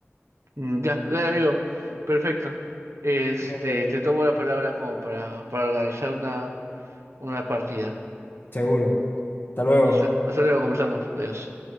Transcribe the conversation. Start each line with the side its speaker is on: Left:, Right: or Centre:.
Right: Mm, Ya, dale amigo, perfecto. Este,
Left: Cuídate.
Right: te tomo la palabra como para, para organizar una Una partida.
Left: Seguro. Hasta luego.
Right: Listo. Hasta luego, conversamos. Adiós.